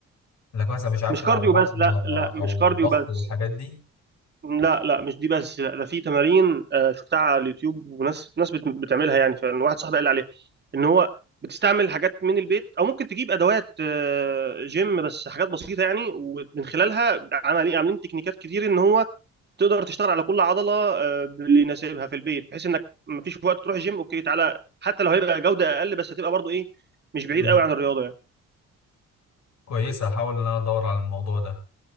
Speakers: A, on the left; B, on the right.
A: انك مثلا مش عارف
B: مش
A: تلعب
B: كارديو
A: بطن
B: بس لا
A: آه،
B: لا مش
A: او
B: كارديو
A: ضغط
B: بس
A: والحاجات دي
B: لا لا مش دي بس لا ده في تمارين آه، شفتها على اليوتيوب وناس ناس بت- بتعملها يعني فعلا واحد صاحبي قال لي عليها ان هو بتستعمل حاجات من البيت او ممكن تجيب ادوات آه، جيم بس حاجات بسيطه يعني ومن خلالها عملي- عاملين تكنيكات كتير ان هو تقدر تشتغل على كل عضله آه، باللي يناسبها في البيت بحيث انك مفيش وقت تروح جيم اوكي تعالى حتى لو هيبقى جوده اقل بس هتبقى برضو ايه مش بعيد
A: مم.
B: قوي عن الرياضه يعني
A: كويسة هحاول ان انا ادور على الموضوع ده